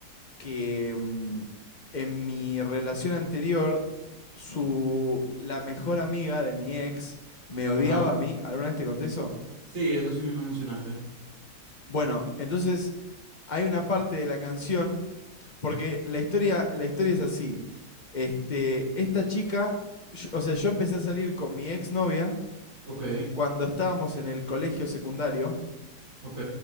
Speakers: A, on the left; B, on the right.
A: que mm, en mi relación anterior, su, la mejor amiga de mi ex me odiaba
B: ajá,
A: a mí? ¿Alguna vez te conté eso?
B: sí, eso sí me lo mencionaste,
A: Bueno, entonces hay una parte de la canción, porque la historia, la historia es así. Este, esta chica, yo- o sea, yo empecé a salir con mi exnovia
B: ok,
A: cuando estábamos en el colegio secundario
B: ok,